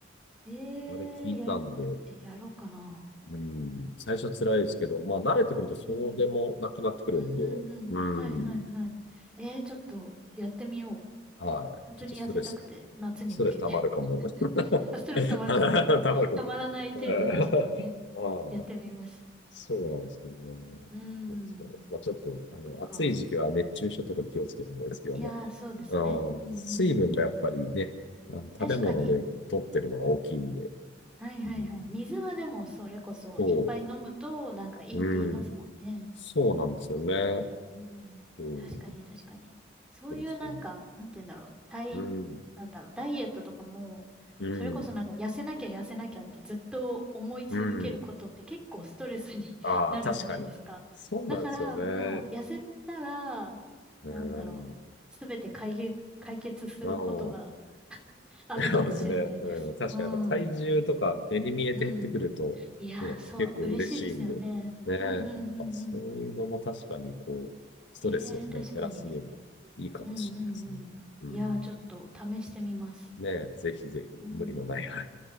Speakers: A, in the centre; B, on the left.
A: い。えー、
B: あれ聞いたんで、
A: やり、えやろうかな。
B: うん。最初辛いですけど、まあ、慣れてくるとそうでもなくなってくるんで、
A: うん。うんうんうん。
B: うん。
A: はいはいはい。えー、ちょっとやってみよう。
B: はい。
A: 本当に痩せたくて、
B: ちょっとストレス
A: 夏に向けて。
B: ストレス溜まるかも。
A: <laughs>
B: <laughs>
A: ストレスたまらない、
B: 溜まるかも。
A: <laughs> たまらない程度にちょっとね、
B: えー <laughs> ああ、
A: やってみます。
B: そうなんですよね。
A: うー
B: そう。
A: ん、
B: まあ、ちょっと、あの、
A: か。
B: 暑い時期は熱中症とか気をつけた方がいいですけどね。
A: いやー、そうですね。
B: うん、
A: うんうんうん。
B: 水分がやっぱりね、あの、食べ物で取ってるのが大きいんで。
A: 確かに。はいはいはい。
B: うん、
A: 水はでもそれこそいっぱい飲むとなんかいいって言いますもんね。
B: そう、うん、そうなんですよね。
A: うん。
B: うん、
A: 確かに、確かに。そういうなんか、
B: そうですよね。
A: なんて言うんだろう。体、
B: うん、
A: なんだろう。ダイエットとかも、
B: うん、
A: それこそなんか痩せなきゃ痩せなきゃってずっと思い続けることって結構ストレスに
B: うん。
A: <laughs>
B: ああ、
A: なるじゃないですか。
B: 確かに。そうなんですよね。
A: だから、まあ、痩せたら、
B: うん、
A: なんだろう。すべて解決、解決することが
B: うん
A: あるかもしれないです。
B: そうですね。うん。確かにやっぱ体重とか目に見えて減ってくると、
A: うん。うん。いやー、
B: ね、
A: そう、
B: 結構嬉しいんで。
A: 嬉しいですよね。
B: ね。
A: うんうんうんうん。
B: あ、そういうのも確かにこう、ストレスをね、
A: ええー、確かに。
B: 減らすにはいいかもしれないですね。
A: うんうんうん。
B: うん。
A: いやー、ちょっと試してみます。
B: ね、ぜひぜひ無理のない範
A: うん。